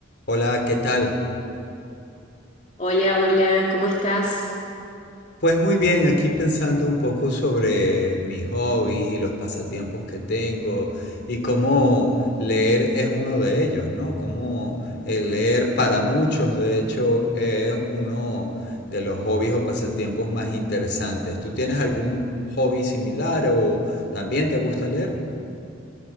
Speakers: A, on the left; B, on the left.
A: Hola, ¿qué tal?
B: Hola, hola, ¿cómo estás?
A: Pues muy bien, aquí pensando un poco sobre mis hobbies y los pasatiempos que tengo y cómo leer es uno de ellos, ¿no? Cómo el leer para muchos, de hecho, es uno de los hobbies o pasatiempos más interesantes. ¿Tú tienes algún hobby similar o también te gusta leer?